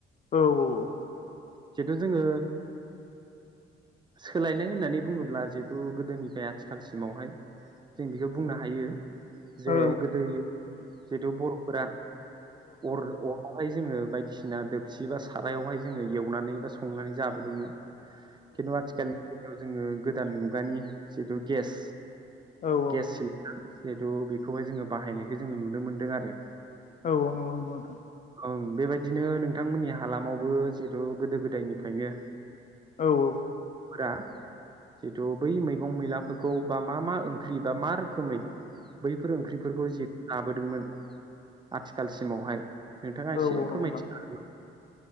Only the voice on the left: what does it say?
औ औ औ
औ
औ
औ औ नंगौ नंगौ नोंथां
औ औ
औ
नंगौ नोंथां